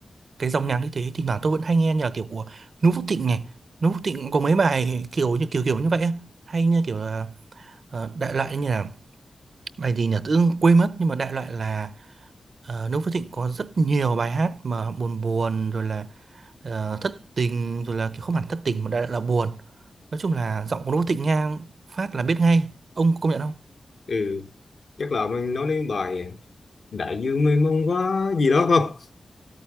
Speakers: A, on the right (about 60°); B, on the left (about 55°).
A: cái dòng nhạc như thế thì thoảng tôi vẫn hay nghe như là kiểu của Nú Phúc Thịnh này Nú Phúc Thịnh có mấy bài kiểu như kiểu kiểu như vậy á. hay như kiểu là ờ, đại loại như là bài gì nhỉ tự dưng quên mất nhưng mà đại loại là uh, Nú Phúc Thịnh có rất nhiều bài hát mà buồn buồn rồi là ờ, thất tình rồi là kiểu không hẳn thất tình mà đại loại là buồn nói chung là giọng của Nú Phúc Thịnh nghe phát là biết ngay ông có công nhận không
B: ừ chắc là mình nói đến bài đại dương mênh mông quá gì đó không